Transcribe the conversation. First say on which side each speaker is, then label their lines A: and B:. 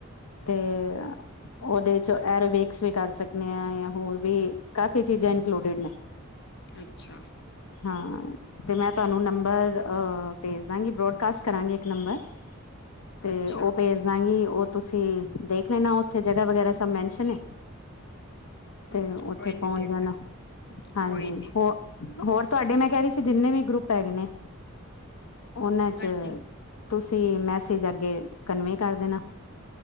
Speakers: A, on the left; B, on the left.
A: ਤੇ ਉਹਦੇ 'ਚ ਐਰੋਵਕਸ ਵੀ ਕਰ ਸਕਦੇ ਹਾਂ ਜਾਂ ਹੋਰ ਵੀ ਕਾਫ਼ੀ ਚੀਜ਼ਾਂ ਇੰਕਲੂਡਿਡ ਨੇ।
B: ਅੱਛਾ
A: ਹਾਂ, ਤੇ ਮੈਂ ਤੁਹਾਨੂੰ ਨੰਬਰ ਅ ਭੇਜ ਦਾਂਗੀ ਬਰੋਡ ਕਾਸਟ ਕਰਾਂਗੇ ਇੱਕ ਨੰਬਰ ਤੇ
B: ਅੱਛਾ
A: ਉਹ ਭੇਜ ਦਿਆਂਗੀ ਉਹ ਤੁਸੀਂ ਦੇਖ ਲੈਣਾ ਉੱਥੇ ਜਗ੍ਹਾ ਵਗੈਰਾ ਸਭ ਮੈਨਸ਼ਨ ਏ। ਤੇ
B: ਅੱ
A: ਉੱਥੇ
B: ਕੋਈ ਨੀ
A: ਪਹੁੰਚ
B: ਦੇਖ
A: ਜਾਣਾ
B: ਲ
A: ਹਾਂਜੀ
B: ਕੋਈ ਨੀ
A: ਹੋ ਹੋਰ ਤੁਹਾਡੇ ਮੈਂ ਕਹਿ ਰਹੀ ਸੀ ਜਿੰਨੇ ਵੀ ਗਰੁੱਪ ਹੈਗੇ ਨੇ ਉਹਨਾਂ 'ਚ
B: ਹਾਂਜੀ
A: ਤੁਸੀਂ ਮੈਸੇਜ ਅੱਗੇ ਕਨਵੇ ਕਰ ਦੇਣਾ।